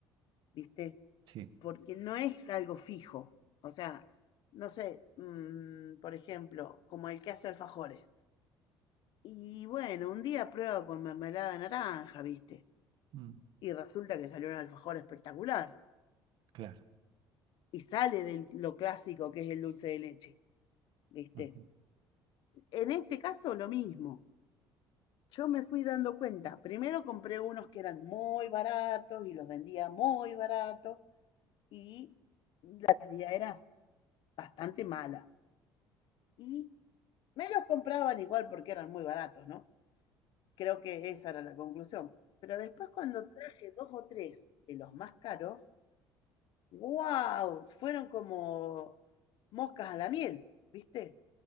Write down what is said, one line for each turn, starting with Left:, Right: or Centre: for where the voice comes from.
Left: ¿viste?
Right: Sí.
Left: Porque no es algo fijo. O sea, no sé, mm, por ejemplo, como el que hace alfajores. Y bueno, un día prueba con mermelada de naranja, ¿viste?
Right: Mm,
Left: Y resulta que salió un alfajor espectacular.
Right: Claro,
Left: Y sale de lo clásico que es el dulce de leche, ¿viste?
Right: ujú,
Left: En este caso, lo mismo. Yo me fui dando cuenta. Primero compré unos que eran muy baratos y los vendía muy baratos. Y la calidad era bastante mala. Y me los compraban igual porque eran muy baratos, ¿no? Creo que esa era la conclusión. Pero después cuando traje dos o tres de los más caros, wow, fueron como moscas a la miel, ¿viste?